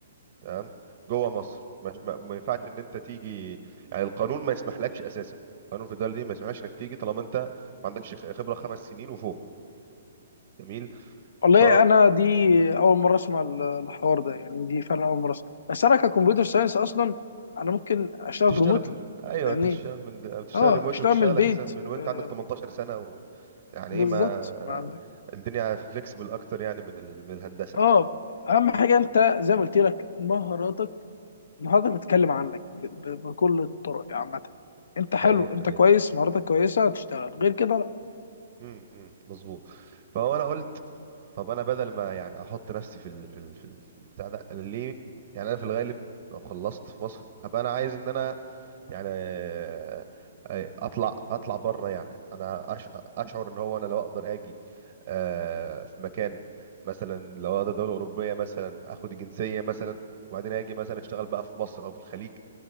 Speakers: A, on the right; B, on the left.
A: تمام جوه مصر مش ما ما ينفعش ان انت تيجي يعني القانون ما يسمحلكش اساسا القانون في الدول دي ما يسمحلكش انك تيجي طالما انت ما عندكش خ- خبره خمس سنين وفوق جميل
B: والله
A: ف
B: انا دي
A: مم.
B: اول مره اسمع ال- الحوار ده يعني دي فعلا اول مره اسمع بس انا ككمبيوتر ساينس اصلا انا ممكن اشتغل
A: تشتغل
B: ريموتلي
A: من ايوه
B: يعني
A: انت تشتغل من بتشتغل
B: اه
A: ريموتلي
B: اشتغل
A: وتشتغل
B: من البيت
A: اساسا من وانت
B: آه
A: عندك 18 سنه و... يعني
B: بالظبط
A: ايه ما
B: ما عندك
A: <laughs> الدنيا فليكسبل اكتر يعني من ال... من الهندسه
B: اه اهم حاجه انت زي ما قلت لك مهاراتك مهاراتك بتتكلم عنك ب- بكل الطرق يعني عامه انت حلو
A: ايوه
B: انت
A: ايوه
B: كويس مهاراتك كويسه هتشتغل غير كده لا
A: امم مظبوط فهو انا قلت طب انا بدل ما يعني احط نفسي في ال... في ال... في ال- في البتاع ده أنا ليه يعني انا في الغالب لو خلصت في مصر هبقى انا عايز ان انا يعني آه، آه، اطلع اطلع بره يعني انا أش- اشعر ان هو انا لو اقدر اجي آه، في مكان مثلا لو اقدر دوله اوروبيه مثلا اخد الجنسيه مثلا وبعدين اجي مثلا اشتغل بقى في مصر او في الخليج